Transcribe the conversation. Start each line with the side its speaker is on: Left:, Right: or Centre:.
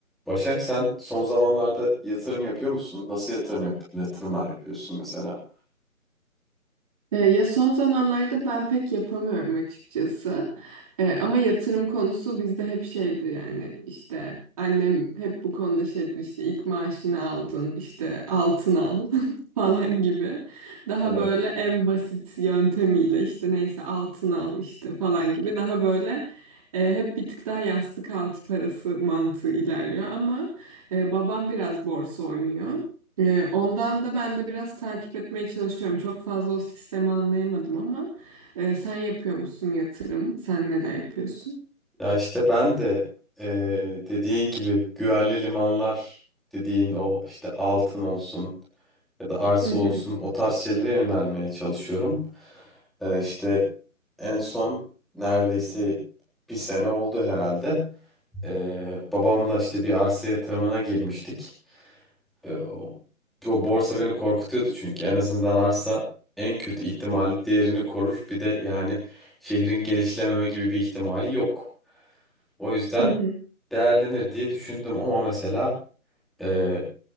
Centre: Başak sen son zamanlarda yatırım yapıyor musun? Nasıl yatırım yap yatırımlar yapıyorsun mesela?
Right: E, Ya son zamanlarda ben pek yapamıyorum açıkçası. E, ama yatırım konusu bizde hep şeydir yani işte annem hep bu konuda şeydir işte ilk maaşını aldın işte altın al <laughs> falan gibi. Daha
Centre: Evet.
Right: böyle en basit yöntemiyle işte neyse altın al işte falan gibi daha böyle e, hep bir tık daha yastık altı parası mantığı ilerliyor ama e, babam biraz borsa oynuyor. Ee, Ondan da ben de biraz takip etmeye çalışıyorum. Çok fazla o sistemi anlayamadım ama e, sen yapıyor musun yatırım? Sen neler yapıyorsun?
Centre: Ya işte ben de eee, dediğin gibi güvenli limanlar dediğin o işte altın olsun ya da arsa
Right: Hı
Centre: olsun o tarz şeylere yönelmeye çalışıyorum. İşte işte en son neredeyse bir sene oldu herhalde. Eee, babamla işte bir arsa yatırımına girmiştik. E, o, o borsa beni korkutuyordu çünkü en azından arsa en kötü ihtimali değerini korur. Bir de yani şehrin genişlememe gibi bir ihtimali yok. O yüzden
Right: hı.
Centre: değerlenir diye düşündüm ama mesela e,